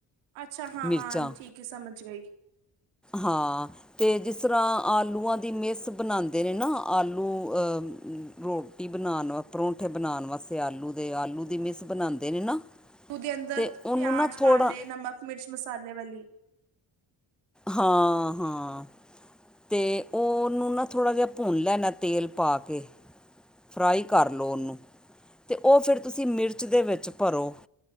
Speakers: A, on the right; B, in the centre.
A: ਅੱਛਾ ਹਾਂ
B: ਮਿਰਚਾਂ
A: ਹਾਂ ਠੀਕ ਹੈ ਸਮਝ ਗਈ
B: ਹਾਂ ਤੇ ਜਿਸ ਤਰ੍ਹਾਂ ਆਲੂਆਂ ਦੀ ਮਿਸ ਬਣਾਉਂਦੇ ਨੇ ਨਾ ਆਲੂ ਅਹ ਰੋਟੀ ਬਣਾਉਣ ਵ ਪਰੋਂਠੇ ਬਣਾਉਣ ਵਾਸਤੇ ਆਲੂ ਦੇ ਆਲੂ ਦੀ ਮਿਸ ਬਣਾਉਂਦੇ ਨੇ ਨਾ
A: ੂ ਦੇ ਅੰਦਰ
B: ਅਤੇ ਉਹਨੂੰ
A: ਪਿਆਜ
B: ਨਾ ਥੋੜ੍ਹਾ
A: ਪਾਲੇ ਨਮਕ ਮਿਰਚ ਮਸਾਲੇ ਵਾਲੀ
B: ਹਾਂ ਹਾਂ ਤੇ ਉਹਨੂੰ ਨਾ ਥੋੜ੍ਹਾ ਜਿਹਾ ਭੁੰਨ ਲੈਣਾ ਤੇਲ ਪਾ ਕੇ ਫਰਾਈ ਕਰ ਲਉ ਉਹਨੂੰ ਅਤੇ ਉਹ ਫਿਰ ਤੁਸੀਂ ਮਿਰਚ ਦੇ ਵਿੱਚ ਭਰੋ